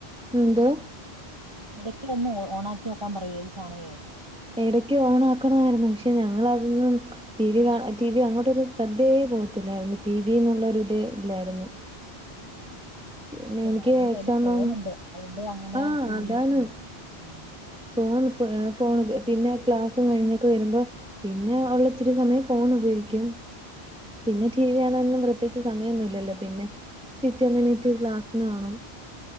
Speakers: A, in the centre; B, on the right.
A: എന്തോ
B: ഇടക്ക് വന്ന് ഓണാക്കി നോക്കാൻ പറയും ഈ സാന വേ
A: ഇടക്ക് ഓണ ആക്കണമായിരുന്നു പക്ഷെ ഞങ്ങളതൊന്നും ടി വി കാ ടി വി അങ്ങോട്ടൊരു ശ്രദ്ധയേ പോകത്തില്ലായിരുന്നു ടി വി എന്നുള്ള ഒരു ഇതേ ഇല്ലായിരുന്നു പിന്നെ
B: എല്ലാടേയും
A: എനിക്ക്
B: കയ്ൽ
A: എക്സാമും
B: ഫോണ് ഉണ്ട് അതുകൊണ്ട് അങ്ങനെ
A: ആഹ്
B: കൂടുതലും
A: അതാണ്
B: ഉ ഉ
A: ഫോൺ ഫോൺ പിന്നെ ക്ലാസ്സും കഴിഞ്ഞൊക്കെ വരുമ്പോ പിന്നെ ഉള്ളച്ചിരി സമയം ഫോൺ ഉപയോഗിക്കും
B: ആഹ്
A: പിന്നെ ടി വി കാണാനെന്നും പ്രത്യേകച്ച് സമയമൊന്നുംല്ലല്ലേ പിന്നെ പിറ്റേന്ന് എഴുന്നേറ്റ് ക്ലാസ്സിന് പോണം